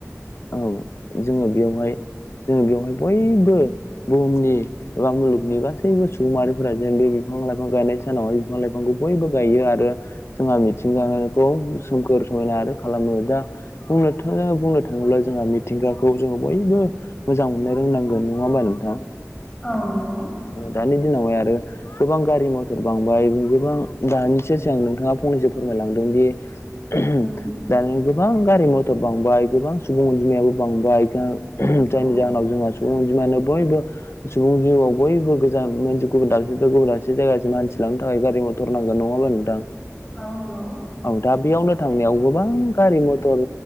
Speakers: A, on the left (about 55°); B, on the left (about 15°).
A: औ जोङो बेवहाय जोङो बेवहाय बयबो बुहुमनि एबा मुलुगनि गासैबो सुबुंमाहारिफोरा जिहेथु बिफां लाइफां गायनाय सानाव बिफां लाइफांखौ बयबो गायो आरो जोंहा मिथिंगायारिखौ सोमखोर समायना आरो खालामो दा बुंनोथ बुंनो थाङोब्ला जोंहा मिथिंगाखौ जोङो बयबो। मोजां मोननो रोंनांगोन नङा होमबा नोंथां?
B: औ नंगौ।
A: दानि दिनावहाय आरो। गोबां गारि मथर बांबाय गोबां दानिसो सिगां नोंथाङा फंनैसो फोरमायलांदों दि <inaudible>
B: उम
A: दानि गोबां गारि मथर बांबाय गोबां सुबुं अनजिमायाबो बांबाय फे जायनि
B: औ
A: जाहोनाव जोंहा सुबुंजमायानो बयबो सुबुं जिउआव बयबो गोजान मोनसे गुबुन दाबसे गुबुन दाबसे जायगासिम मानसि लांनो थाखाय गारि मथर नांगोन नङाबा नोंथां
B: औ नंगौ।
A: औ दा बेयावनो थांनायाव गोबां गारि मथर